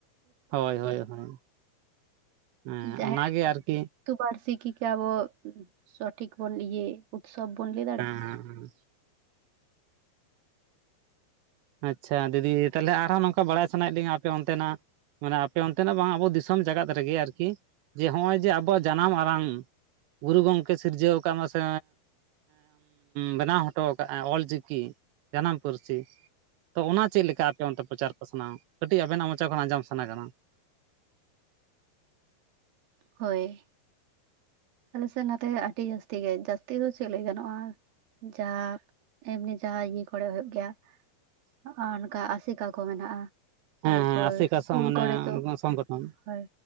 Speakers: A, on the right (about 85°); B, on the right (about 60°).
A: ᱦᱳᱭ ᱦᱳᱭ ᱦᱳᱭ᱾ ᱦᱮᱸ,
B: ᱡᱟᱦᱟᱸᱭ
A: ᱚᱱᱟᱜᱮ ᱟᱨᱠᱤ᱾
B: ᱟᱹᱛᱩ ᱯᱟᱹᱨᱥᱤ ᱠᱤ ᱜᱮ ᱟᱵᱚ ᱥᱚᱴᱷᱤᱠ ᱵᱚᱱ ᱤᱭᱟᱹ ᱩᱛᱥᱚᱵ ᱵᱚᱱ ᱞᱟᱹᱭ ᱫᱟᱲᱮᱭᱟᱜᱼᱟ᱾
A: ᱦᱮᱸᱮᱸ᱾ ᱟᱪᱪᱷᱟ ᱫᱤᱫᱤ, ᱛᱟᱦᱚᱞᱮ ᱟᱨᱦᱚᱸ ᱱᱚᱝᱠᱟ ᱵᱟᱲᱟᱭ ᱥᱟᱱᱟᱭᱮᱫ ᱞᱤᱧᱟᱹ ᱟᱯᱮ ᱚᱱᱛᱮᱱᱟᱜᱼᱼ ᱢᱟᱱᱮ ᱟᱯᱮ ᱚᱱᱛᱮᱱᱟᱜ ᱵᱟᱝ ᱟᱵᱚ ᱫᱤᱥᱚᱢ ᱡᱟᱠᱟᱛ ᱨᱮᱜᱮ ᱟᱨᱠᱤ? ᱡᱮ ᱱᱚᱜᱼᱚᱭ ᱡᱮ ᱟᱵᱚᱣᱟᱜ ᱡᱟᱱᱟᱢ ᱟᱲᱟᱝ, ᱜᱩᱨᱩ ᱜᱚᱢᱠᱮ ᱥᱤᱨᱡᱟᱹᱣ ᱟᱠᱟᱫ ᱢᱟᱥᱮᱼᱼ ᱵᱮᱱᱟᱣ ᱦᱚᱴᱚ ᱟᱠᱟᱫᱼᱟ ᱚᱞᱪᱤᱠᱤ ᱡᱟᱱᱟᱢ ᱯᱟᱹᱨᱥᱤ᱾ ᱛᱚ ᱚᱱᱟ ᱪᱮᱫ ᱞᱮᱠᱟ ᱟᱯᱮ ᱚᱱᱛᱮ ᱯᱚᱪᱟᱨ ᱯᱟᱥᱱᱟᱣ-ᱟ ᱾ ᱠᱟᱹᱴᱤᱡ ᱟᱵᱮᱱᱟᱜ ᱢᱚᱪᱟ ᱠᱷᱚᱱ ᱟᱸᱡᱚᱢ ᱥᱟᱱᱟ ᱠᱟᱱᱟ ᱾
B: ᱦᱳᱭ᱾ ᱟᱞᱮ ᱥᱮᱫ ᱱᱛᱮ ᱟᱹᱰᱤ ᱡᱟᱹᱥᱛᱤ ᱜᱮ, ᱡᱟᱹᱥᱛᱤ ᱫᱚ ᱪᱮᱫ ᱞᱟᱹᱭ ᱜᱟᱱᱚᱜᱼᱟ ᱡᱟᱦᱟᱸ, ᱮᱢᱱᱤ ᱡᱟᱦᱟᱸ ᱤᱭᱟᱹ ᱠᱚᱨᱮ ᱦᱩᱭᱩᱜ ᱜᱮᱭᱟ ᱾ ᱟᱨ ᱚᱱᱠᱟ ᱟᱥᱮᱠᱟ ᱠᱚ ᱢᱮᱱᱟᱜᱼᱟ ᱾ ᱛᱟᱨᱯᱚᱨ
A: ᱦᱮᱸ ᱦᱮᱸ ᱟᱥᱮᱠᱟ
B: ᱤᱥᱠᱩᱞ
A: ᱢᱟᱱᱮ
B: ᱠᱚᱨᱮ ᱛᱚ,
A: ᱥᱚᱝᱜᱚᱴᱷᱚᱱ
B: ᱦᱚᱭ,